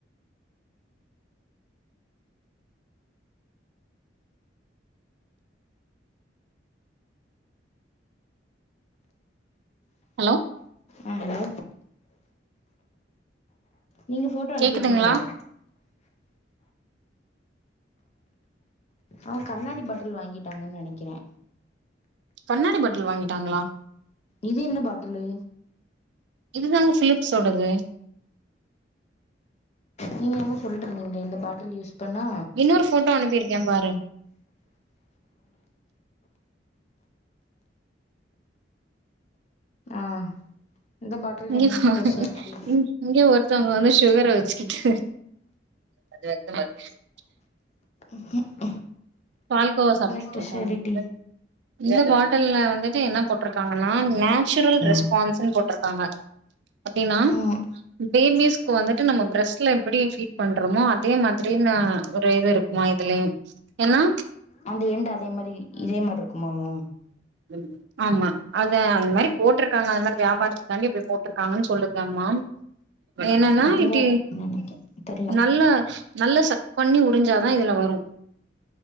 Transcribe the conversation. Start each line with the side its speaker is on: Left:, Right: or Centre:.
Right: ஹலோ
Left: ஆ ஹலோ நீங்க போஃட்டோ அனுப்பிருக்கீங்கலோ
Right: கேக்குதுங்களா
Left: அவன் கண்ணாடி பாட்டில் வாங்கிட்டாங்கன்னு நெனைக்கிறே
Right: கண்ணாடி பாட்டில் வாங்கிட்டாங்களா
Left: இது என்ன பாட்டிலு
Right: இது தாங்க பிலிப்ஸ்தொடது
Left: நீங்க என்மோ சொல்டுறுதுங்லெ இந்த பாட்டில் யூஸ் பண்ணா
Right: இன்னொரு போட்டோ அனுப்பிருக்கே பாரு
Left: ஆ இந்த பாட்டில்
Right: இங்க
Left: என்ன
Right: பாருங்க
Left: ஸ்பெஷாலிட்டி
Right: இங் இங்க ஒருத்தவங்க வந்து சுகர வச்சுக்கிட்டு அது வந்து பர்பிசேன்
Left: உம்
Right: பால்கோவா சாப்ட்டு
Left: ஸ்பெஷாலிட்டி
Right: இருக்காங்க இந்த பாட்டுல்ல வந்துட்டு என்ன போட்டு இருக்காங்கன்னா நேச்சுரல்
Left: ம்
Right: ரெஸ்பான்ஸ்ன்னு போட்டு இருக்காங்க அப்டின்னா
Left: ம்
Right: பேபிஸ்க்கு வந்துட்டு நம்ம பிரெஸ்ட்ல எப்படி ஃபீட் பண்றோமோ அதே மாதிரினா ஒரு இது இருக்கு குமா இதுலயு என்னா
Left: அந்த எண்டு அதே மாரி இதே மாரி இருக்குமாமோ
Right: லல்வில்ல ஆமா அத அந்த மாரி போட்டிருக்காங்க அது மாரி வியாபாரத்து காண்டி இப்டி போட்டிருக்காங்கன்னு சொல்லுதாமா என்னன்னா
Left: அப்டிதா
Right: இப்டி
Left: இருக்கும்னு நெனைக்கே தெர்ல
Right: நல்ல நல்ல சக் பண்ணி உறிஞ்சா தா இதுல வரு